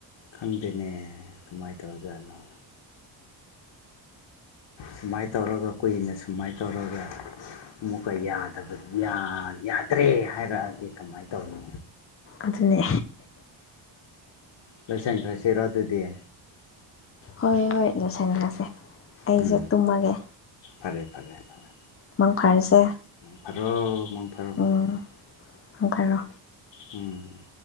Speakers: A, on the left; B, on the left.
A: ꯈꯪꯗꯦꯅꯦ ꯀꯃꯥꯏꯅ ꯇꯧꯔꯖꯥꯠꯅꯣ ꯁꯨꯃꯥꯏꯅ ꯇꯧꯔꯒ ꯀꯨꯏꯅ ꯁꯨꯃꯥꯏꯅ ꯇꯧꯔꯒ ꯑꯃꯨꯛꯀ ꯌꯥꯗꯕ ꯌꯥꯗ꯭ꯔꯦ ꯍꯥꯏꯔꯛꯑꯗꯤ ꯀꯃꯥꯏꯅ ꯇꯧꯅꯤ꯫
B: ꯑꯗꯨꯅꯦ꯫
A: ꯂꯣꯏꯁꯪꯈ꯭ꯔꯁꯤꯔꯣ ꯑꯗꯨꯗꯤ꯫
B: ꯍꯣꯏ ꯍꯣꯏ ꯂꯣꯏꯁꯟꯈ꯭ꯔꯁꯦ ꯑꯩꯁꯨ
A: ꯎꯝ
B: ꯇꯨꯝꯃꯒꯦ꯫
A: ꯐꯔꯦ ꯐꯔꯦ ꯐꯔꯦ꯫
B: ꯃꯪ ꯐꯔꯁꯦ
A: ꯃꯪ ꯐꯔꯣ ꯃꯪ ꯐꯔꯣ
B: ꯎꯝ
A: ꯃꯪ ꯐꯔꯣ
B: ꯃꯪ ꯐꯔꯣ꯫
A: ꯎꯝ꯫